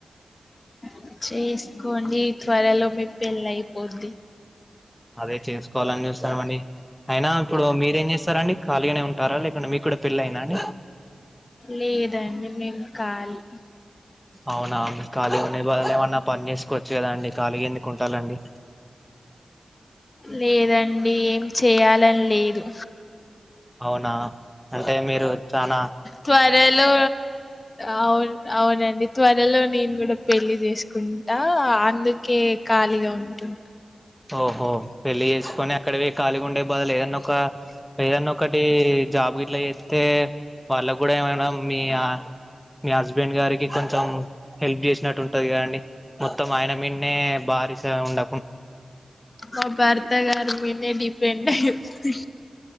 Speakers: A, on the left; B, in the centre.
A: అ చేసుకోండి త్వరలో మీ పెళ్ళి అయిపోద్ది
B: అదే చేసుకోవాలని చూస్తానమండి అయినా ఇప్పుడు మీరేం చేస్తారా అండి ఖాళీగానే ఉంటారా లేకుంటే మీకు కూడా పెళ్ళ అయిందా అండి
A: లేదండి మేం కాలి
B: అవునావును ఖాళీ ఉండే బదులు ఏమన్నా పని చేసుకోవచ్చు కదా అండి ఖాళీ ఎందుకు ఉంటాలండి
A: లేదండి ఏం చేయాలని లేదు
B: అవునా అంటే మీరు చనా
A: త్వరలో అవును అవునండి త్వరలో నేను కూడా పెళ్లి చేసుకుంటా అందుకే ఖాళీగా ఉంటుంది
B: ఓహో పెళ్లి చేసుకొని అక్కడవి ఖళీగా ఉండే బదులు ఏదన్న ఒక ఏదన్న ఒకటి జాబ్ గట్లా చేత్తే వాళ్ళకు గూడా ఏమడం మీ మీ హస్బెండ్ గారికి కొంచెం హెల్ప్ చేసినట్టు ఉంటది కదండి మొత్తం ఆయన మీన్నే బారిస ఉండ
A: మా భర్త గారి మీనే డిపెండ్యిపో